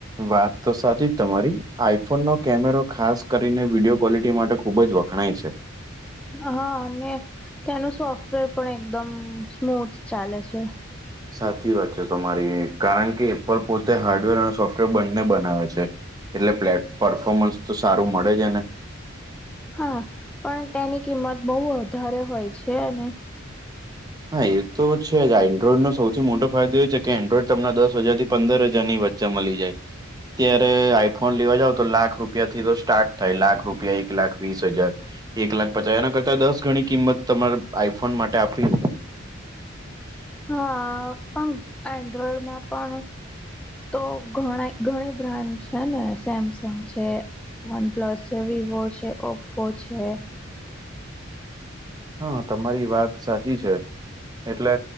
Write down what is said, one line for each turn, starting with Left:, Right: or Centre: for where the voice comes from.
Right: વાત તો સાચી જ તમારી આઈફોન નો કેમેરો ખાસ કરીને વિડીયો ક્વોલિટી માટે ખુબ જ વખણાય છે.
Centre: હા અને ત્યાનું સોફ્ટવેર પણ એકદમ સ્મૂથ ચાલે છે.
Right: સાચી વાત છે તમારી કારણ કે એ પણ પોતે હાર્ડવેર અને સોફ્ટવેર બંને બનાવે છે. એટલે પ્લે પરફોર્મન્સ તો સારું મળે છે ને
Centre: હા પણ તેની કિંમત બહુ વધારે હોય છે ને
Right: હા એ તો છે જ એન્ડ્રોઈડ નો સૌથી મોટો ફાયદો એ છે કે એન્ડ્રોઈડ તમને દસ હજાર થી પંદર હજારની વચ્ચે જે મળી જાય. અત્યારે આઈફોન લેવા જાવ તો લાખ રૂપિયા થી તો સ્ટાર્ટ થાય લાખ રૂપિયા એક લાખ વીસ હજાર એક લાખ પચા એના કરતા દસ ગણી કિંમત તમારે આઈફોન માટે આપવી
Centre: હા પણ એન્ડ્રોઈડમાં પણ તો ઘણા ઘણી બ્રાન્ડ છે ને સેમસંગ છે. વનપ્લસ છે વિવો છે ઓપ્પો છે.
Right: હા તમારી વાત સાચી છે. એટલે